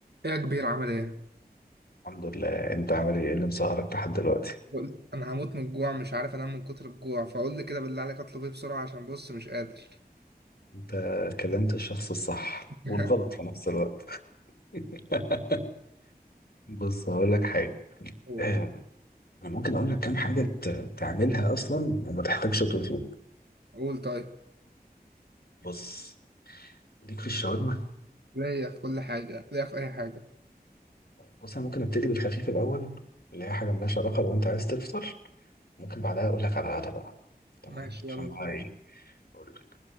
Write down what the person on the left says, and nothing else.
الحمد لله انت عامل ايه إيه اللي مسهرك لحد دلوقتي
انت كلمت الشخص الصح
والغلط في نفس الوقت <laughs> بص هقول لك حاجه
اه، انا ممكن اقول لك كام حاجه ت- تعملها اصلا وما تحتاجش تطلب
بص ليك في الشاورما
بص انا ممكن ابتدي بالخفيف الاول اللي هي حاجه ملهاش علاقه لو انت عايز تفطر ممكن بعدها اقول لك على العادة بقى تمام
عشان
بقى
ايه اقول لك